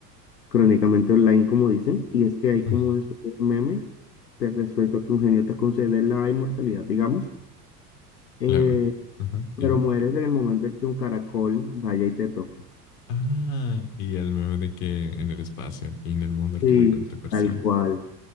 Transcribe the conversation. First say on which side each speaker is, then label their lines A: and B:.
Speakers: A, on the left; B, on the left.
A: crónicamente online, como dicen, y es que hay
B: ah,
A: como una especie de meme de respecto a que un genio te concede la inmortalidad, digamos, eh,
B: Claro, ajá,
A: pero
B: dime.
A: mueres en el momento en que un caracol vaya y te toque.
B: Ah, y el meme de que en el espacio, al fin del mundo, el
A: Sí,
B: caracol te persigue.
A: tal cual.